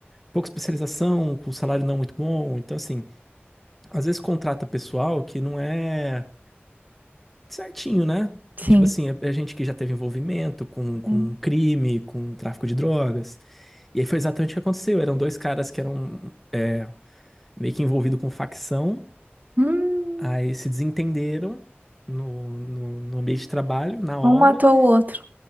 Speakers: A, in the centre; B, on the right.
A: pouca especialização, com salário não muito bom. Então, assim, às vezes contrata pessoal que não é certinho, né?
B: sim.
A: Tipo assim, é, é gente que já teve envolvimento com, com
B: sim.
A: crime, com tráfico de drogas. E aí foi exatamente o que aconteceu. Eram dois caras que eram é, meio que envolvidos com facção,
B: Hum,
A: aí se desentenderam no, no, no ambiente de trabalho, na obra.
B: um matou o outro.